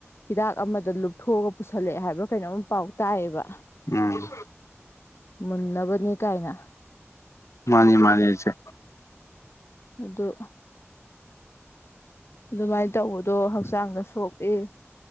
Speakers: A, on the left; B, on the left.
A: ꯍꯤꯗꯥꯛ ꯑꯃꯗꯣ ꯂꯨꯞꯊꯣꯛꯒ ꯄꯨꯁꯜꯂꯛꯑꯦ ꯍꯥꯏꯕ꯭ꯔꯥ ꯀꯩꯅꯣꯝ ꯄꯥꯎ ꯇꯥꯏꯌꯦꯕ
B: ꯎꯝ
A: ꯃꯨꯟꯅꯕꯅꯤ ꯀꯥꯏꯅ
B: ꯃꯥꯅꯤ ꯃꯥꯅꯤ ꯢꯆꯦ
A: ꯑꯗꯣ ꯑꯗꯨꯃꯥꯏ ꯇꯧꯕꯗꯣ ꯍꯛꯆꯥꯡꯗ ꯁꯣꯛꯢ